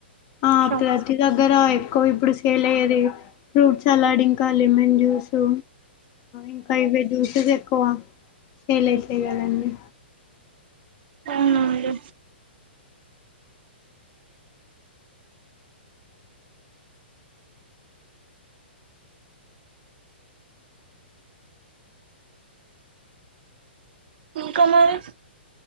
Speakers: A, on the left; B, on the right.
A: ఆ
B: షాప్స్
A: ప్రతి దగ్గరయ ఇకో ఇప్పుడు సేల్ అయ్యేది ఫ్రూట్ అలాడ్ ఇంకా లెమన్ జ్యూస్ ఆ ఇంకా ఇవే జ్యూసెస్ ఎక్కువ సేల్సాయి కదండి
B: అవునండి ఇంకా మరి